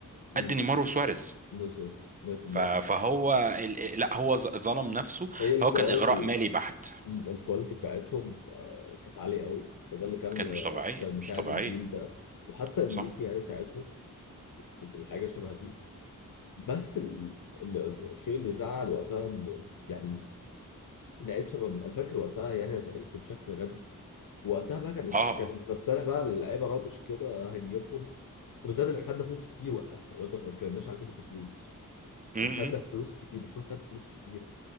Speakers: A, on the left; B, on the right.
A: مم.
B: قد نيمار وسواريز
A: بالظبط 100%
B: ف- فهو ال- لا هو ظ- ظلم نفسه
A: هي الكواليتي
B: هو كان اغراء مالي بحت
A: مم. الكواليتي بتاعتهم آه، كانت عاليه قوي فده اللي كان
B: كانت
A: آه،
B: مش طبيعيه
A: كان مساعد
B: مش طبيعيه
A: الجيل ده وحتى انريكي
B: صح
A: يعني ساعتهم في في الحاجه شبه دي بس ال- ال- الشيء اللي زعل وقتها إن- يعني لعيب شباب انا فاكر وقتها يعني انا زعلت بشكل غبي وقتها بقى كان مش
B: اه اه
A: كان كان طالع بقى اللعيبه رابش كده هنجيبهم وبالذات اللي خدنا فلوس كتير وقتها يعني برضه احنا ما اتكلمناش على فكره الفلوس
B: امم
A: احنا خدنا فلوس كتير مش خدنا فلوس كتير